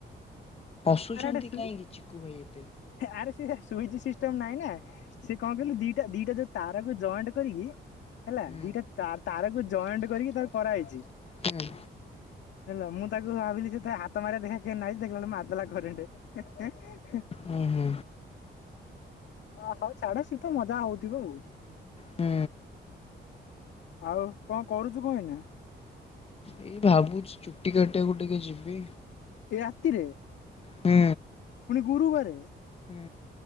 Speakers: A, on the left; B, on the left.
A: ହସୁଛନ୍ତି
B: ଆରେ ଗୋଟେ ସୁଇ
A: କାହିଁକି ଚିକୁ ଭାଇ ଏତେ?
B: ଆରେ ସେ ସୁଇଚ ସିଷ୍ଟମ ନାଇଁ ନା ସିଏ କଣ କହିଲୁ ଦିଟା ଦିଟା ଯୋଉ ତାରକୁ ଜଏଣ୍ଟ କରିକି ହେଲା
A: ହୁଁ
B: ଦିଟା ତା-ତାରକୁ ଜଏଣ୍ଟ କରିକି ତାର କରାହେଇଛି।
A: ହୁଁ
B: ହେଲା ମୁଁ ତ ତାକୁ ଭାବିଲି ସେଥିରେ ହାତ ମାରିବା ଦେଖିଆ କେମିତି ନାଗୁଚି, ଦେଖିଲା ବେଳୁ ମାରିଦେଲା କରେଣ୍ଟ।
A: ହୁଁ ହୁଁ।
B: ଓ ହଉ ଛାଡ ସିଏ ତ ମଜା ହଉଥିବ ଆଉ।
A: ହୁଁ।
B: ଆଉ କଣ କରୁଚୁ କଣ ଏଇନା?
A: ଏଇ ଭାବୁଛି ଚୁଟି କାଟିବାକୁ ଟିକେ ଯିବି
B: ଏ ରାତିରେ?
A: ହୁଁ।
B: ପୁଣି ଗୁରୁବାରେ?
A: ହୁଁ।